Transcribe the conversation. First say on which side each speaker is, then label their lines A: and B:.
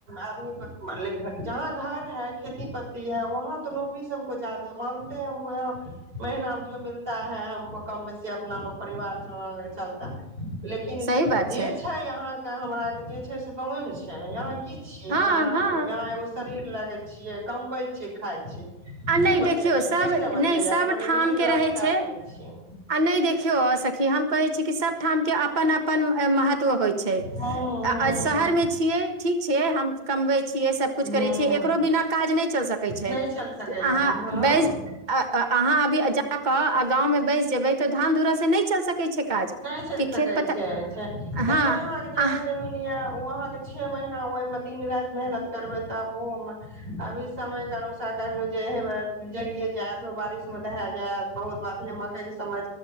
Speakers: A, on the right (about 50°); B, on the right (about 25°).
A: आदमी मतल जहाँ घर है खेती प्ती है वहाँ तो नौकरी से हमको जादे है मानतेै हमको यहाँ महिनामे जो मिलता है हमको कम बेसी अपना ल परिवार चल चलता लेकिन
B: सही बात
A: जे छै यहां के हमरा के जे छै से गांव मे छै ने यहा की छी यहा
B: हँ हँ
A: यहाँ एगो शरीर लगे छियै कमबै छियै खाय छियै
B: आ नहि
A: की बचैया
B: देखियौ सभ
A: किछु नहि बचैए
B: सभ
A: अपना आरके
B: ठाम
A: मिडिल क्लास
B: रहै
A: के
B: छै
A: आदमी छियै
B: आ नहि देखियो सखी हम कहे छी कि सब ठाम के अपन अपन महत्व होइ छै
A: हँ
B: शहर
A: हँ
B: मे छियै ठीक छै हम कबै छियै सबकुछ
A: हँ
B: करै छियै एकरो बिना काज नहि चल सकै छै
A: नहि चलि सकैया
B: अहाँ
A: हँ
B: बस अहाँ अभी जाक गाँंव मे बैस जेबै त धान धूरासँ नहि चलि सकै छै काज
A: नहि चलि
B: कि
A: सकै
B: खेत पता
A: छै केतनो
B: हँ
A: यहाँके जगह
B: आह,
A: जमीन यऽ ओ अहाँके छे महीना ओहिमे दिन राति मेहनत करबै तब ओहोमे अभी समय के अनुसार को जे हे जरिये जायत बारिश मे दहा जायत बहुत बात हे मकई के समय